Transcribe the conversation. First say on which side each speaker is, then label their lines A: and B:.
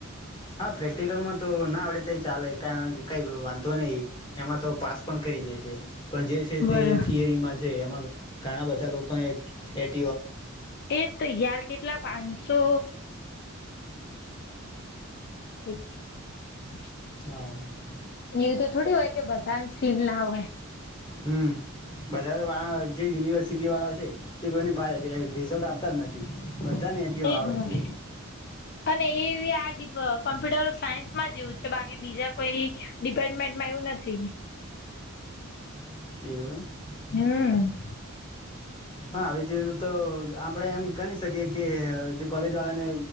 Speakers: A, on the left (about 20°); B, on the left (about 50°).
A: હા પ્રેક્ટિકલમાં તો ના આવડે તો ચાલે કારણ કે કઈ વાંધો નહીં એમાં તો પાસ પણ કરી દે છે પણ જે છે
B: બરોબર.
A: તે થિયરીમાં છે એમાં ઘણા બધા લોકોને એટ
B: એ તૈયાર કેટલા પાંસો <unintelligible>
A: હા હા
B: એ તો થોડી હોય કે બધા સ્ટીલ ના હોય
A: હું બધા વા જે યુનિવર્સિટી વાળા છે તે કોઈનેસે રિઝલ્ટ આપતા જ નથી બધાને એટીવા
B: એજ
A: આવે
B: ને
A: છે
B: અને એ આ કોમ્પ્યુટર સાયન્સમાં જ એવું છે બાકી બીજા કોઈ ડિપાર્ટમેન્ટમાં એવું નથી
A: <unintelligible>
B: હમ
A: હા આવી તીધું તો આપડે એમ ગણી શકીએ કે અજી કોલેજ વાળા ને